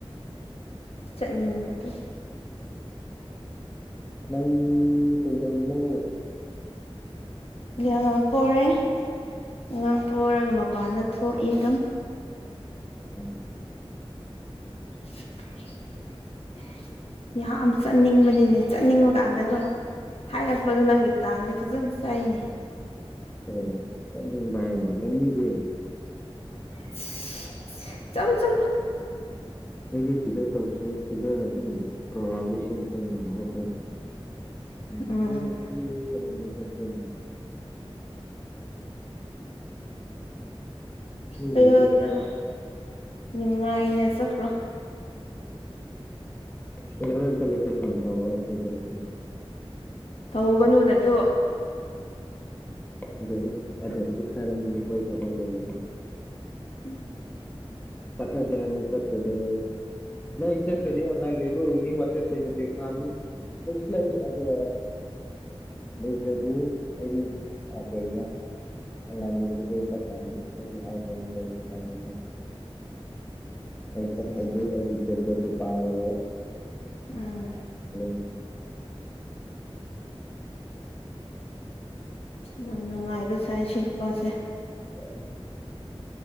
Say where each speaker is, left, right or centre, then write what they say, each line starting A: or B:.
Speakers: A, on the left; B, on the left.
A: ꯆꯠꯅꯤꯡꯕꯗꯣ
B: ꯅꯪ ꯀꯩꯗꯧꯔꯤꯅꯣ
A: ꯑꯉꯥꯡ ꯄꯣꯔꯦ ꯑꯉꯥꯡ ꯄꯣꯔꯒ ꯃꯄꯥꯟꯗ ꯊꯣꯛꯏ ꯑꯗꯨꯝ
B: ꯎꯝ
A: <inaudible> ꯌꯥꯝ ꯆꯠꯅꯤꯡꯕꯅꯤꯅꯦ ꯆꯠꯅꯤꯡꯕ ꯀꯥꯟꯗꯀꯣ ꯍꯥꯏꯔꯛꯄꯗꯨ ꯅꯪꯗꯤ ꯇꯥꯟꯗꯤ ꯐꯖꯅ ꯆꯥꯏꯅꯦ
B: ꯐꯔꯦ ꯆꯠꯅꯤꯡꯕ ꯍꯥꯏꯅꯤ ꯆꯠꯅꯤꯡꯗꯦ
A: ꯁꯤ ꯆꯠꯂꯨ ꯆꯠꯂꯨ
B: ꯑꯩꯗꯤ ꯁꯤꯗ ꯇꯧꯁꯦ ꯁꯤꯗ ꯑꯗꯨꯝ ꯄ꯭ꯔꯣꯒꯥ꯭ꯔꯝꯗꯣ ꯁꯤꯟꯁꯦ <unintelligible>
A: ꯎꯝ
B: <unintelligible> <inaudible> ꯃꯤꯒꯤ
A: ꯆꯠꯂꯣ
B: ꯌꯨꯝꯗ
A: ꯆꯠꯂꯣ ꯅꯨꯡꯉꯥꯏꯅ ꯆꯠꯈ꯭ꯔꯣ
B: ꯑꯩꯅ ꯍꯣꯔꯦꯟ ꯆꯠꯂꯗꯤ ꯐꯣꯟ ꯇꯧꯔꯛꯑꯣ ꯄꯨꯡ ꯇꯔꯨꯛꯇ
A: ꯇꯧꯒꯅꯨꯅ ꯑꯗꯨ
B: ꯑꯗꯨ ꯑꯗꯨꯗ ꯍꯧꯖꯤꯛ <unintelligible> <inaudible>
A: ꯎꯝ
B: ꯆꯠꯅꯗꯦ ꯍꯥꯏꯕꯅꯦ ꯆꯠꯇ꯭ꯔꯗꯤ ꯅꯣꯏ ꯆꯠꯇ꯭ꯔꯗꯤ ꯑꯣꯟꯂꯥꯏꯟ ꯂꯩꯕ ꯎꯒꯅꯤ ꯋꯥꯆꯦꯞꯇꯩꯅꯗꯤ ꯐꯥꯒꯅꯤ ꯂꯩꯁꯨ ꯂꯩ ꯑꯗꯨꯒ ꯂꯩꯇ꯭ꯔꯗꯤ ꯑꯩꯗꯤ ꯀꯔꯤꯅ <unintelligible> ꯑꯩ ꯆꯠꯈ꯭ꯔꯗꯤ
A: ꯎꯝ
B: ꯑꯩꯒꯤ ꯇꯦꯕ꯭ꯂꯦꯠꯇꯣ ꯄꯥꯏꯔꯔꯣꯏ
A: ꯎꯝ
B: <unintelligible>
A: ꯌꯥꯝ ꯅꯨꯡꯉꯥꯏꯕ ꯁꯥꯏ ꯁꯤ ꯅꯨꯄꯥꯁꯦ
B: <unintelligible>